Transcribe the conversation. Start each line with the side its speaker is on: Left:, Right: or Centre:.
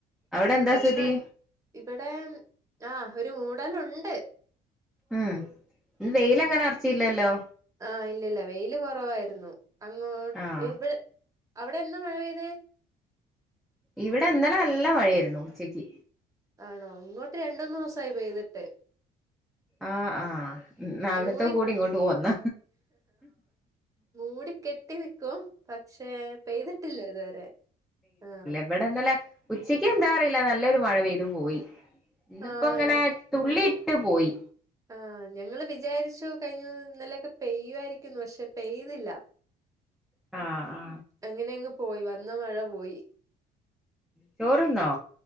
Centre: അവിടെ എന്താ
Right: ഭക്ഷണ-
Centre: സ്ഥിതി
Right: ഇവിടെ ആഹ് ഒരു മൂടലുണ്ട്
Centre: ഉം ഇന്ന് വെയിലങ്ങനെ അറച്ചിയില്ലല്ലോ
Right: ആ ഇല്ലില്ല വെയില് കൊറവായിരുന്നു, അങ്ങോട്ട്
Centre: ആഹ്
Right: ഇവിടെ അവിടെന്നാ മഴ പെയ്തേ
Centre: ഇവിടിന്നലെ നല്ല മഴയായിരുന്നു ഉച്ചക്ക്
Right: ആണോ ഇങ്ങോട്ട് രണ്ടൂന്ന് ദിവസമായി പെയ്തിട്ട്
Centre: ആ ആ അവിടത്തെ
Right: മൂടി
Centre: കൂടി ഇങ്ങോട്ട് പോന്ന
Right: മൂടി കെട്ടി നിക്കും പക്ഷെ പെയ്തിട്ടില്ല ഇതുവരെ ആഹ്
Centre: ഇവടെന്നലെ ഉച്ചക്ക് എന്താ അറിയില്ല നല്ലൊരു മഴ പെയ്ത് പോയി ഇന്നിപ്പോ
Right: ആഹ്
Centre: ഇങ്ങനെ തുള്ളിയിട്ടു പോയി
Right: ആ ഞങ്ങള് വിചാരിച്ചു കഴിഞ്ഞു ഇന്നലൊക്കെ പെയ്യുമായിരിക്കുന്നു പക്ഷെ പെയ്തില്ല
Centre: ആ ആ
Right: അങ്ങനെയങ്ങ് പോയി വന്ന മഴ പോയി
Centre: ചോറുന്നോ